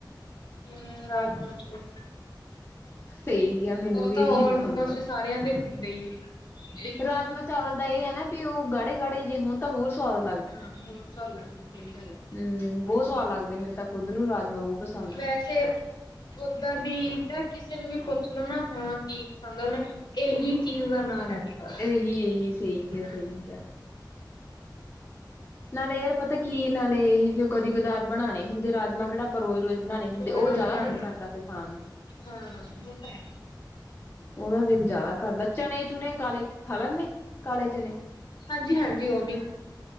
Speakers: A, on the left (about 65°); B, on the left (about 30°).
A: ਹੂੰ, ਰਾਜਮਾ ਚੋਲ।
B: <inaudible> ਸਈ ਆ ਮੈਨੂੰ
A: ਉਹ
B: ਵੀ
A: ਤਾਂ
B: ਇਹੀ
A: ਆਲਮੋਸਟ
B: ਪਸੰਦ ਆ,
A: ਸਾਰਿਆਂ ਦੇ ਹੁੰਦੇ ਹੀ ਹੈ।
B: ਰਾਜਮਾ ਚਾਵਲ ਦਾ ਇਹ ਹੈ ਨਾ ਵੀ ਉਹ ਗੜੇ ਗਾੜੇ ਜੇ ਹੁਣ ਤਾਂ ਹੋਰ ਸਵਾਦ
A: ਹਾਂ ਹੋ <unintelligible> ਸਹੀ ਗੱਲ
B: ਹੁ ਬਹੁਤ ਸਵਾਦ ਲੱਗਦੇ ਮੈਨੂੰ ਖੁਦ ਨੂੰ ਰਾਜਮ ਬਹੁਤ ਪਸੰਦ ਆ।
A: ਵੈਸੇ ਓਦਾਂ ਵੀ ਤਾਂ ਕਿਸੇ ਨੂੰ ਵੀ ਪੁੱਛ ਲੋੋ ਨਾ ਹਾਂ ਕੀ ਪਸੰਦ ਉਹਨੇ ਇਹੀ ਚੀਜ਼ ਦਾ ਨਾਂ ਲੈਣਾ ਬਸ
B: ਇਹੀ, ਇਹੀ ਸਹੀ ਕਹਿਆ
A: ਹਾਂ
B: ਸਹੀ ਕਹਿਆ ਨਾਲੇ ਯਾਰ ਪਤਾ ਕੀ ਨਾਲੇ ਇਹ ਫ ਉਹ ਕਦੇ ਕਦਾਰ ਬਣਾਉਣੇ ਹੁੰਦੇ ਰਾਜਮਾਂ ਕਿਹੜਾ ਆਪਾਂ ਰੋਜ਼ ਰੋਜ਼ ਬਣਾਉਣੇ ਹੁੰਦੇ
A: ਰੋਜ਼
B: ਉਹ
A: ਰੋਜ਼
B: ਜ਼ਿਆਦਾ
A: ਬਣਾਉਂਦੇ
B: ਦਿਲ ਕਰਦਾ ਫਿਰ ਖਾਣ ਨੂੰ
A: ਹਾਂ ਹੋ ਤਾਂ ਹੈ।
B: ਉਹਦਾ ਦਿਲ ਜ਼ਿਆਦਾ ਕਰਦਾ ਚਣੇ ਚੁਣੇ ਕਾਲੇ ਖਾ ਲਦੇ ਕਾਲੇ ਚਣੇ
A: ਹਾਂਜੀ, ਹਾਂਜੀ ਉਹ ਵੀ